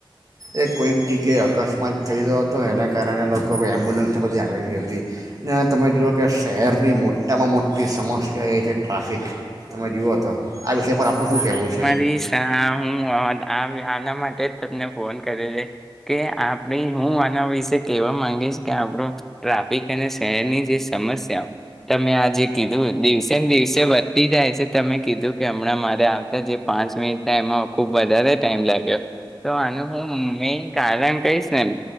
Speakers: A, on the right (about 40°); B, in the centre.
A: એ કોઈક જગ્યાએ અકસ્માત થઈ ગ્યો હતો એના કારણે લોકો એમ્બ્યુલન્સને બધી આવેલી હતી ને તમે જુઓ કે શહેરની મોટામાં મોટી સમસ્યા એ છે ટ્રાફિક તમે જુઓ તો આ વિષય પર આપણું શું કહેવું છે.
B: પ હું આના માટે જ તમને ફોન કરે છે કે આપડી હું આના વિશે કેહેવા માંગીશ કે આપણ ટ્રાફિક અને શહેરની જે સમસ્યા તમે આ જે કીધું દિવસે ને દિવસે વધતી જાય છે તમે કીધું. કે હમણાં મારે આવતા જે પાંચ મિનિટ થાય એમાં ખૂબ વધારે ટાઈમ લાગ્યો તો આનું હું મેન કારણ કહીશ મ